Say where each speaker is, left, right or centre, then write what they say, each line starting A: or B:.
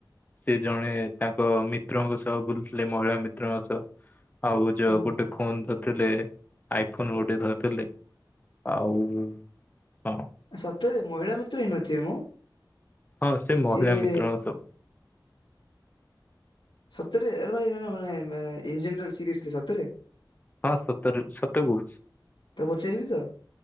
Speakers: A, on the left; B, on the left.
A: ସେ ଜଣେ ତାଙ୍କ ମିତ୍ରଙ୍କ ସହ ବୁଲୁଥିଲେ ମହିଳା ମିତ୍ରଙ୍କ ସହ। ଆଉ ଯ
B: ଓହୋ
A: ଗୋଟେ ଫୋନ୍ ଧ ଥିଲେ ଆଇଫୋନ ଗୋଟେ ଧରିଥିଲେ ଆଉ ହଁ।
B: ସତରେ ମହିଳା ମିତ୍ର ହେଇ ନଥିବେ ମ।
A: ହଁ ସେ ମହିଳା
B: ସିଏ
A: ମିତ୍ରଙ୍କ ସ
B: ସତରେ ଆରେ ଭାଇ ମାନେ ମାନେ ଇଞ୍ଜିନିର ସିରିଏସ୍ଲି ସତରେ।
A: ହଁ ସତରେ ସତ କହୁଛି
B: ତାକୁ ପଚାରିବି ତ?